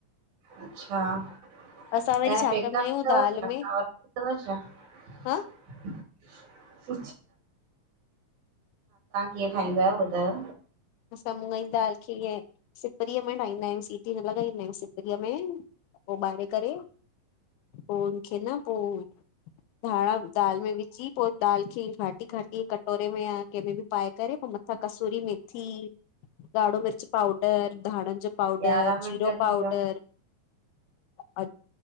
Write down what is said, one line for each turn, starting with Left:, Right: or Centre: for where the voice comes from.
Right: अच्छा तव्हां
Left: असां वरी
Right: जा
Left: छा
Right: पेका
Left: कंदा
Right: <unintelligible> <unintelligible>
Left: आहियूं दाल में हा
Right: हा, तव्हां कीअं ठाहींदा, आहियो ॿुधायो,
Left: असां मुगन जी दाल, खे ईअ सिपरीअ, में ठाहींदा, आहियूं सिटी लॻाईंदा आहियूं, सिपरी में पोइ उॿारे, करे पोइ हुनखे, न पोइ <inaudible> धाणा दालि, में विझी, पोइ दालि खे घाटी घाटी, कटोरे में या कंहिंमें बि पाए, करे पोइ कसूरी मेथी, ॻाढ़ो मिर्च पाउडर, धाणनि जो पाउडर,
Right: यारहं
Left: पाउडर,
Right: मिंट
Left: जीरो
Right: थी
Left: पाउडर,
Right: विया
Left: ऐं,